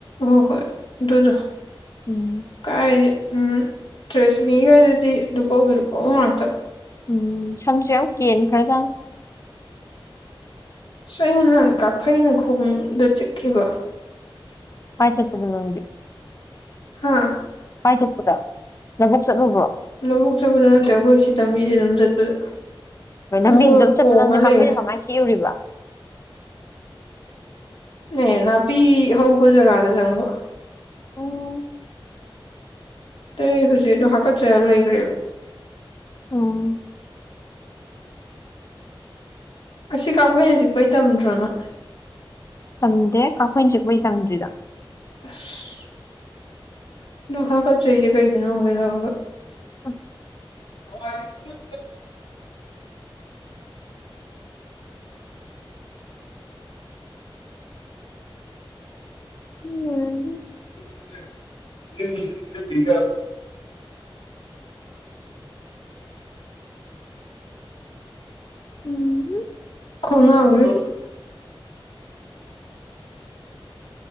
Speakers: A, on the left; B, on the left.
A: ꯍꯣꯏ ꯍꯣꯏ ꯑꯗꯨꯗꯣ
B: ꯎꯝ
A: ꯀꯥꯏ ꯎꯝ ꯇ꯭ꯔꯦꯁꯃꯤꯒꯖꯤꯗꯤ ꯂꯨꯄꯧꯒꯤ ꯂꯨꯄꯧ ꯉꯥꯛꯇ
B: ꯎꯝ ꯁꯝꯁꯨ ꯌꯥꯝ ꯀꯦꯟꯈꯔꯥ ꯖꯥꯠꯅꯦ
A: ꯑꯩ ꯅꯍꯥꯟ ꯀꯥꯐꯩꯅ ꯈꯣꯡꯗ ꯆꯤꯛꯈꯤꯕ
B: ꯀꯥꯏ ꯆꯠꯄꯗ ꯅꯪꯗꯤ
A: ꯍꯥ
B: ꯀꯥꯏ ꯆꯠꯄꯗ ꯂꯥꯕꯨꯛ ꯆꯠꯂꯨꯕ꯭ꯔꯣ
A: ꯂꯧꯕꯛ ꯆꯠꯄꯗꯥ ꯅꯠꯇꯦ ꯑꯩꯈꯣꯏ ꯁꯤ ꯂꯝꯕꯤꯁꯤꯗꯥ ꯑꯗꯨꯝ ꯆꯠꯄꯗ
B: ꯀꯩꯅꯣ ꯂꯝꯕꯤꯁꯤꯗ
A: ꯑꯗꯨꯒ
B: ꯑꯗꯨꯝ ꯆꯠꯄꯗꯥ
A: ꯄꯣꯝꯃ
B: ꯅꯪꯗꯤ ꯀꯥꯛꯐꯩ
A: ꯂꯩꯈ꯭ꯔꯦ
B: ꯀꯃꯥꯏꯅꯥ ꯆꯤꯛꯎꯔꯤꯕ
A: ꯅꯦ ꯅꯥꯄꯤ ꯍꯧꯕ ꯖꯒꯥꯗ ꯆꯪꯕ
B: ꯎꯝ
A: ꯑꯇꯩ ꯍꯧꯖꯤꯛ ꯑꯗꯨ ꯍꯥꯀꯠꯆꯔ ꯂꯩꯈ꯭ꯔꯦꯕ
B: ꯎꯝ
A: ꯑꯁꯤ ꯀꯥꯛꯐꯩꯅ ꯆꯤꯛꯄꯩ ꯇꯝꯗ꯭ꯔꯣ ꯅꯣꯏ
B: ꯇꯝꯗꯦ ꯀꯥꯛꯐꯩꯅ ꯆꯤꯛꯄꯩ ꯇꯝꯗ꯭ꯔꯤ
A: ꯑꯁ ꯑꯗꯨ ꯍꯥꯀꯠꯆꯩꯖꯦ ꯀꯩꯒꯤꯅꯣ ꯍꯪꯪꯒꯦ ꯇꯧꯔꯒꯥ
B: ꯑꯁ
A: <unintelligible>
B: ꯍꯨꯝ
A: <unintelligible>
B: ꯎꯝ
A: ꯈꯉꯦ <unintelligible>